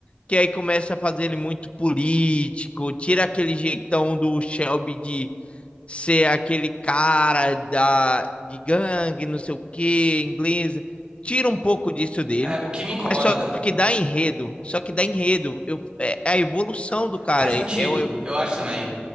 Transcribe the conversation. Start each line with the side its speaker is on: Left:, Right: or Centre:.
Left: que aí começa a fazer ele muito político, tira aquele jeitão do Shelby de ser aquele cara da, de gangue, não sei o que, inglesa. Tira um pouco disso dele,
Right: É, o que me incomoda.
Left: mas só
Right: da-
Left: que dá enredo. Só que dá enredo. Eu, é, é a evolução do cara.
Right: Faz sentido,
Left: É, é o-
Right: eu acho também.